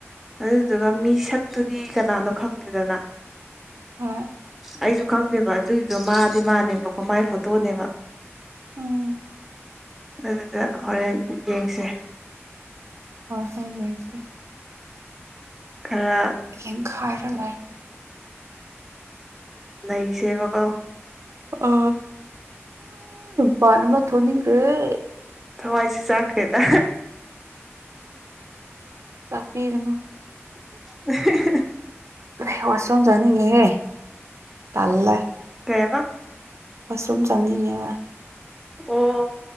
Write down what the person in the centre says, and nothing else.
ꯑꯗꯨꯗꯨꯒ ꯃꯤ ꯁꯛꯇꯨꯗꯤ ꯀꯅꯥꯅꯣ ꯈꯪꯡꯗꯦꯗꯅ
ꯑꯩꯁꯨ ꯈꯪꯗꯦꯕ ꯑꯗꯨꯒꯤꯗꯣ ꯃꯥꯗꯤ ꯃꯥꯅꯦꯕꯀꯣ ꯃꯥꯏ ꯐꯣꯇꯣꯅꯦꯕ
ꯑꯗꯨꯗ ꯍꯣꯔꯦꯟ ꯌꯦꯡꯁꯦ
ꯈꯔ
ꯅꯩꯁꯦꯕ ꯀꯣ
ꯊꯋꯥꯏꯁꯦ ꯆꯥꯛꯈ꯭ꯔꯦꯗ
<unintelligible>
ꯀꯩꯑꯕ
ꯑꯣ